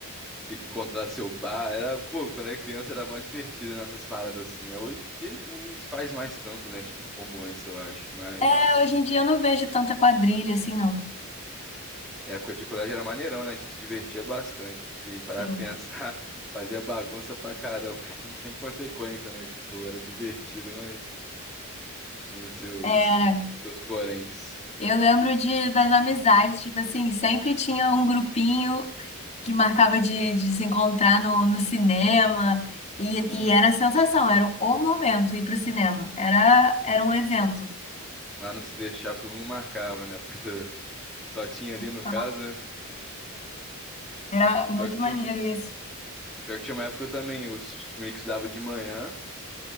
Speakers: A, in the centre; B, on the left (about 30°).
A: ter que encontrar seu par. Era, pô, quando era criança era mó divertido nessas paradas assim. Hoje em dia nem se faz mais tanto, né? Tipo, como antes, eu acho. Mas.
B: É, hoje em dia eu não vejo tanta quadrilha assim, não.
A: Época de colégio era maneirão, né? A gente se divertia bastante. Porque para
B: Sim.
A: pensar, <laughs> fazia bagunça pra caramba, <laughs> e sem consequência, né? Tipo, era divertido, mas tinha os seus,
B: Era.
A: seus poréns.
B: Eu lembro de, das amizades, tipo assim, sempre tinha um grupinho que marcava de, de se encontrar no, no cinema, e,
A: Hum,
B: e era a sensação, era o momento ir pro cinema, era, era um evento.
A: lá no Se Deixar, todo mundo marcava, né? <laughs> Porque tu- só tinha ali no
B: Então,
A: caso, né?
B: Era muito
A: Pior que tinha,
B: maneiro
A: um,
B: isso.
A: pior que tinha uma época que eu também, eu s- meio que estudava de manhã.